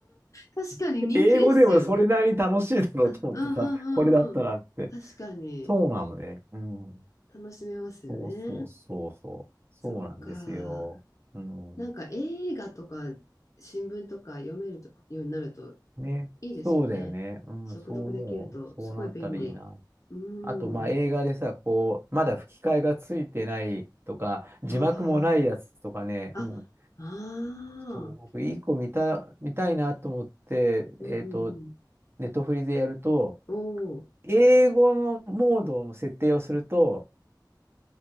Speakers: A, on the left; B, on the right.
A: ボブ、確かに人気ですよね。
B: 英語でもそれなりに楽しいだろうと思ってさ、
A: あ、うんう
B: これだったらって。
A: んうんうん。確かに、
B: そうなのね。うん。
A: 楽しめますよね。
B: そうそうそうそう。そうなんですよ。
A: そっか。
B: うん。
A: なんか映画とか新聞とか読めるとようになると
B: ね。
A: いいですよね。
B: そうだよね。うん。
A: 速読できるとすごい便利。
B: そう思う。そうなったらいいな。
A: うん。
B: あと、まあ、映画でさ、こう、まだ吹き替えがついてないとか、字幕もないやつとかね。
A: ああ。
B: うん。
A: あ、ああ、
B: そう、僕、いい子見た、見たいなと思って、
A: うんうんうん。
B: えっと、ネットフリでやると、
A: おお、
B: 英語のモードの設定をすると、